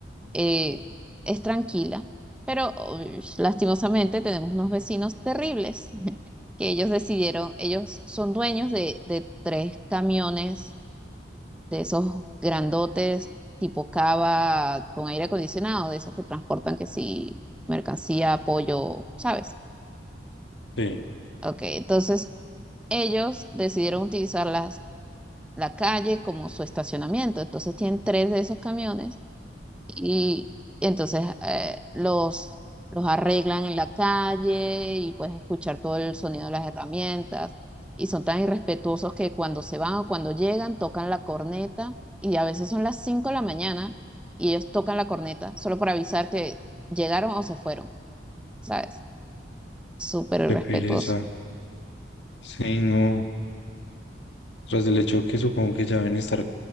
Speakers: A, in the centre; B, on the left.
A: eh, es tranquila, pero uy, lastimosamente tenemos unos vecinos terribles <laughs> que ellos decidieron, ellos son dueños de, de tres camiones de esos grandotes tipo cava con aire acondicionado, de esos que transportan que sí, mercancía, pollo, ¿sabes?
B: Sí,
A: Ok, entonces ellos decidieron utilizar las, la calle como su estacionamiento, entonces tienen tres de esos camiones y entonces eh, los, los arreglan en la calle y puedes escuchar todo el sonido de las herramientas y son tan irrespetuosos que cuando se van o cuando llegan tocan la corneta y a veces son las 5 de la mañana y ellos tocan la corneta solo para avisar que llegaron o se fueron, ¿sabes? Súper irrespetuoso.
B: qué pereza. Sí, no. Tras del hecho que supongo que ya deben estar, o